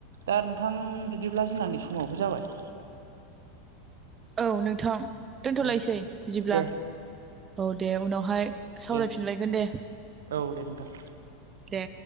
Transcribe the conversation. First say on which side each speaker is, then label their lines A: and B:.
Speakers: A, on the right; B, on the right.
A: दा नोंथां बिदिब्ला जोंनानि समावबो जाबाय <inaudible>
B: औ नोंथां दोनथ'लायसै
A: औ
B: बिदिब्ला
A: दे
B: औ दे उनावहाय सावरायफिनलायगोन
A: दे
B: दे
A: औ दे नोंथां
B: दे